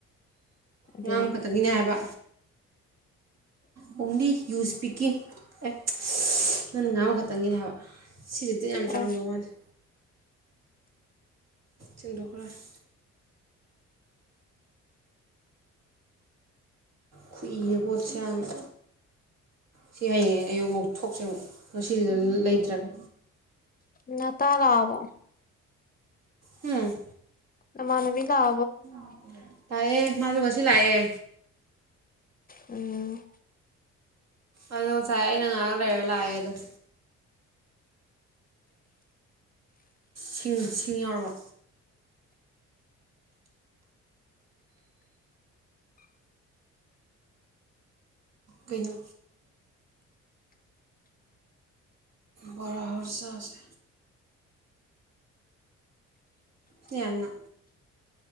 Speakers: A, on the left (about 30°); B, on the right (about 55°).
A: ꯑꯗꯨꯅꯦꯕ
B: ꯉꯥꯡꯕ ꯈꯛꯇꯪꯒꯤꯅꯦ ꯍꯥꯏꯕ ꯑꯣꯡꯂꯤ ꯌꯨꯁ ꯄꯤꯀꯤꯡ ꯑꯦ ꯅꯪꯅ ꯉꯥꯡꯕ ꯈꯛꯇꯪꯒꯤꯅꯦ ꯍꯥꯏꯕ ꯁꯤꯁꯦ ꯇꯤꯟ ꯌꯥꯝ ꯆꯥꯔꯝꯗꯧ
A: ꯑꯣ
B: ꯃꯥꯜꯂꯦ ꯆꯟꯗ ꯈꯔꯥ <unintelligible> ꯈꯨꯏꯔꯦ ꯄꯣꯠꯁꯦ ꯌꯥꯝꯅ ꯁꯤ ꯍꯌꯦꯡ ꯑꯌꯨꯛ ꯉꯣꯛꯊꯣꯛꯁꯦ ꯑꯃꯨꯛ ꯉꯁꯤꯒꯤꯗꯣ ꯂꯩꯇ꯭ꯔꯒ
A: ꯅꯥꯇꯥ ꯂꯥꯛꯑꯕꯣ
B: ꯍꯨꯝ
A: ꯅꯃꯥꯟꯅꯕꯤ ꯂꯥꯛ
B: <inaudible> ꯂꯥꯛꯑꯦ ꯃꯥꯖꯧ ꯉꯁꯤ ꯂꯥꯑꯦ
A: ꯎꯝ
B: ꯑꯗꯣ ꯉꯁꯥꯏ ꯑꯩꯅ ꯉꯍꯥꯛ ꯂꯩꯔ ꯂꯥꯛꯑꯦ ꯑꯗꯨꯝ ꯁꯤꯡ ꯁꯤꯡ ꯌꯥꯎꯔꯕꯣ ꯀꯩꯅꯣ ꯕꯣꯔꯥ ꯍꯧꯔ ꯆꯥꯁꯦ ꯁꯤꯌꯥꯅꯤꯅ